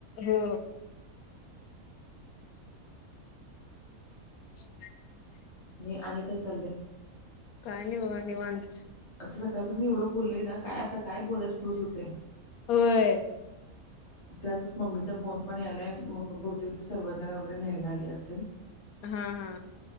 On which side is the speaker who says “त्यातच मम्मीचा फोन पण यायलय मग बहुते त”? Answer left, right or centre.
Left